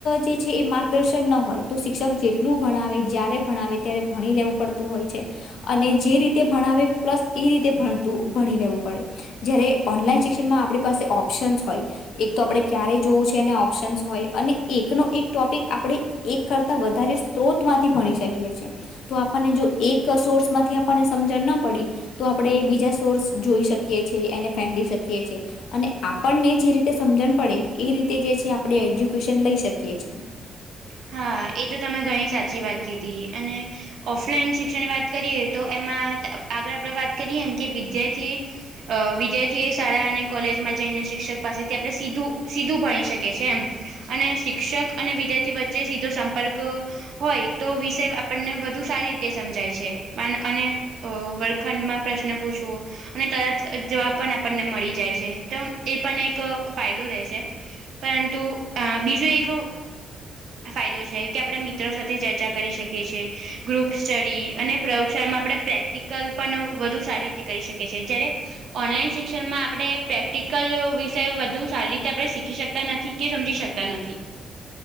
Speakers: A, on the left (about 75°); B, on the right (about 70°).
A: જે છે એ માર્ગદર્શન ના હોય તો શિક્ષક જેટલું ભણાવે જ્યારે. ભણાવ ત્યારે ભણી લેવું પડતું હોય છે. અને જે રીતે ભણાવે પ્લસ એ રીતે ભણતું ભણી લેવું પડે જ્યારે. ઓનલાઈન શિક્ષણમાં આપણી પાસે ઓપ્શન્સ હોય. એક તો આપણે ક્યારે જોવું છે ઓપ્શન્સ હોય અને એકનો એક ટોપિક આપણે. એક કરતા વધારે સ્ત્રોત માંથી ભણી શકીએ છીએ. તો આપણને જો એક સોર્સ માંથી આપણને સમજણ ના પડી. તો આપણે એ બીજા સોર્સ જોઈ શકીએ છીએ એને ફેદી શકીએ છેએ. અને આપણને જે રીતે સમજણ પડે એ રીતે જે છે આપણે એજ્યુકેશન લઈ શકીએ છીએ.
B: હા એ તો તમે ઘણી સાચી વાત કીધી અને. ઓફલાઈન શિક્ષણ વાત કરીએ તો એમાં આગળ આપણે વાત કરીએ એમ કે વિદ્યાર્થી. અ વિદ્યાર્થી એ શાળા અને કોલેજમાં જઈને શિક્ષક પાસેથી આપણે સીધું સીધું ભણી શકી છે એમ. અને શિક્ષક અને વિદ્યાર્થી વચ્ચે સીધો સંપર્ક. હોય તો વિષય આપણને વધુ સારી રીતે સમજાય છે પણ અને. વર્ળખંડમાં પ્રશ્ન પૂછો. અને તરત જવાબ પણ આપણને મળી જાય છે તો એ પણ એક ફાયદો રહે છે. પરંતુ બીજું એક. ફાયદો છે કે આપણે મિત્રો સાથે ચર્ચા કરી શકીએ છીએ ગ્રુપ સ્ટડી અને પ્રયોગશાળામાં આપણે પ્રેક્ટિક. કલ્પના વધુ સારી રીતે કરી શકે છે જ્યારે. ઓનલાઈન શિક્ષણમાં આપણે પ્રેક્ટિકલ વિષય વધુ સારી રીતે આપણે શીખી શકતા નથી કે સમજી શકતા. તા નથી.